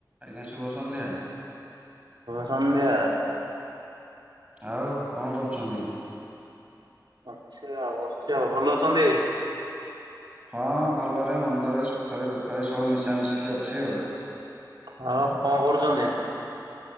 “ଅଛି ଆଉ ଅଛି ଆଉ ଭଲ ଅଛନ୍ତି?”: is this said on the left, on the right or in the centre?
Right